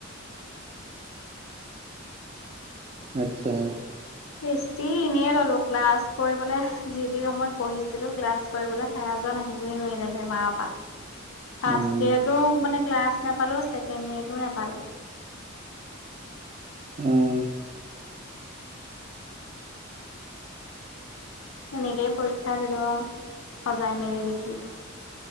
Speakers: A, on the right; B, on the left.
A: আচ্ছা।
B: হিষ্ট্ৰী এনেই ললো ক্লাছ কৰিবলৈ যি যি ৰুমত পঢ়িছিলোঁ ক্লাছ্। কৰিবলৈ চাৰজন আহিবই নোৱাৰিলে বেমাৰৰ পৰা। ফাৰ্ষ্ট
A: উম
B: ইয়েৰটো মানে ক্লাছ নাপালো ছেকেণ্ড ইয়েৰতটো নাপালো।
A: উম
B: তেনেকেই পৰীক্ষাত দিলোৱা আ সজাই মেলি দেখি।